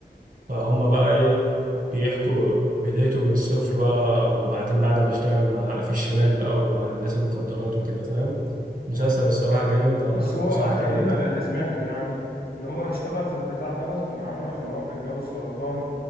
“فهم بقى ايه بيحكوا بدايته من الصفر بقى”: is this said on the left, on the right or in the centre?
Right